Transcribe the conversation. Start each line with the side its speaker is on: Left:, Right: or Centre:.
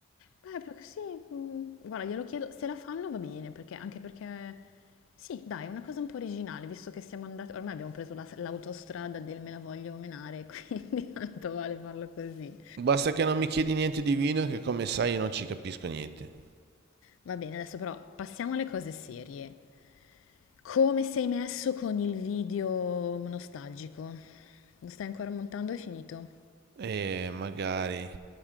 Left: Beh, più che sì, mhmm, guarda glielo chiedo, se la fanno va bene, perché anche perché sì dai, è una cosa un po' originale, visto che siamo andati ormai abbiamo preso la s l'autostrada del me la voglio menare, <laughs> quindi tanto vale farlo così.
Right: Basta che non mi chiedi niente di vino che come sai io non ci capisco niente.
Left: Va bene, adesso però passiamo alle cose serie. Come sei messo con il video nostalgico? Lo stai ancora montando? È finito?
Right: E magari